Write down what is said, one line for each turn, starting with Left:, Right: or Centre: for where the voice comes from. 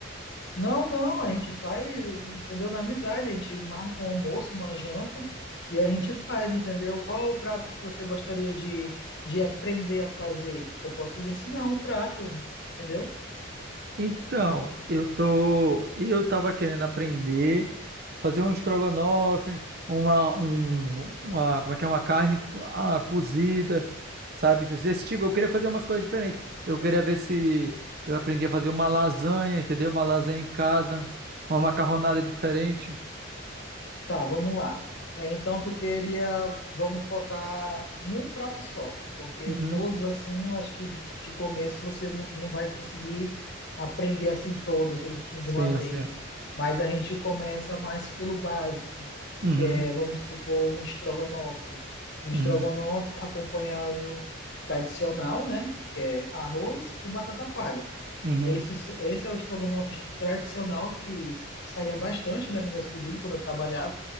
Left: Não, não, a gente faz, entendeu? Na amizade, a gente marca um almoço, uma janta e a gente faz, entendeu? Qual é o prato que você gostaria de, de aprender a fazer? Que eu posso lhe ensinar um prato, entendeu?
Right: Então, eu tô, eu tava querendo aprender fazer um estrogonofe, uma, um, uma, como é que é, uma carne co- ah, cozida, sabe? Esse tipo, eu queria fazer umas coisas diferentes. Eu queria ver se eu aprendi a fazer uma lasanha, entendeu? Uma lasanha em casa, uma macarronada diferente.
Left: Tá, vamos lá. É, então tu queria, vamos focar em um prato só, porque
Right: Uhum.
Left: todos assim, eu acho que de começo você não, não vai conseguir aprender assim todas assim
Right: Sim,
Left: de uma vez.
Right: sim.
Left: Mas a gente começa mais pelo básico,
Right: Uhum,
Left: que é, vamos supor, um estrogonofe. Um estrogonofe
Right: uhum,
Left: acompanhado tradicional, né? Que é arroz e batata palha.
Right: uhum,
Left: Esse, esse é o estrogonofe tradicional que saía bastante, né, no meus pedidos quando eu trabalhava